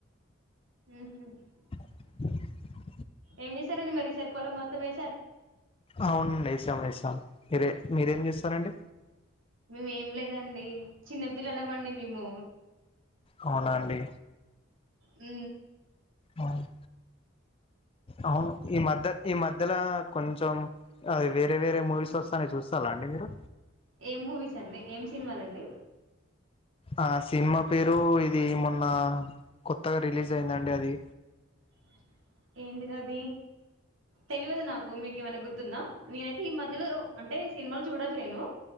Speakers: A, on the right; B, on the left.
A: ఉ <unintelligible>
B: <unintelligible>
A: ఏం చేశారని మరీ సరిపోలం మొత్తం వే
B: అవునండి వేసాం వేసాం మీరే మీరేం చేస్తారండి
A: మేము ఏం లేదండి చిన్నపిల్లలు ఇమండి మేము
B: అవునాండి
A: ఉ
B: అవును అవును ఈ మధ్య ఈ మధ్యలో కొంచెం అ వేరే వేరే మూవీస్ వస్తాయి చూస్తాలా అండి మీరు
A: ఏం మూవీస్ అండి ఏం సినిమాలండి
B: ఆ సినిమా పేరు ఇది మొన్న కొత్తగా రిలీజ్ అయిందండి అది
A: <unintelligible> ఏంటి అది తెలియదు నాకు మీకు ఏమైనా గుర్తుందా నేనైతే ఈ మధ్యలో అంటే సినిమాలు చూడను నేను